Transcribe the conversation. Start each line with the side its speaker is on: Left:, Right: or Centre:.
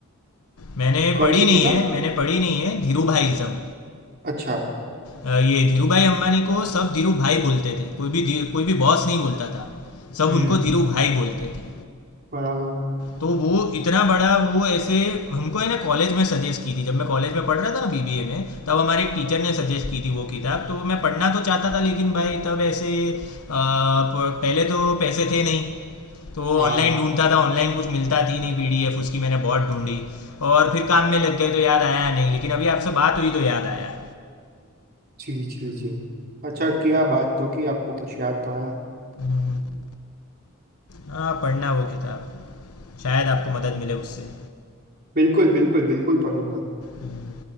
Left: मैंने
Right: कौन
Left: पढ़ी
Right: सी
Left: नहीं
Right: किताब
Left: है मैंने पढ़ी नहीं है धीरूभाईज़म
Right: अच्छा
Left: अ, ये धीरूभाई अंबानी को सब धीरू भाई बोलते थे कोई भी धी- कोई भी बॉस नहीं बोलता था सब
Right: हम्म
Left: उनको धीरू भाई बोलते थे
Right: बराबर
Left: तो वो इतना बड़ा वो ऐसे हमको है ना कॉलेज में सजेस्ट की थी जब मैं कॉलेज में पढ़ रहा था ना बीबीए में तब हमारे एक टीचर ने सजेस्ट की थी वो किताब तो मैं पढ़ना तो चाहता था लेकिन भाई तब ऐसे अ, प- पहले तो पैसे थे नहीं तो
Right: हाँ
Left: ऑनलाइन ढूंढता था ऑनलाइन कुछ मिलता थी नहीं पीडीएफ उसकी मैंने बहुत ढूंढी और फिर काम में लग गए तो याद आया नहीं लेकिन अभी आपसे बात हुई तो याद आया
Right: जी जी जी अच्छा किया बात तो कि आपको कुछ याद तो आया
Left: हम्म, हाँ पढ़ना वो किताब शायद आपको मदद मिले उससे
Right: बिल्कुल बिल्कुल बिल्कुल पढ़ूंगा
Left: हम्म,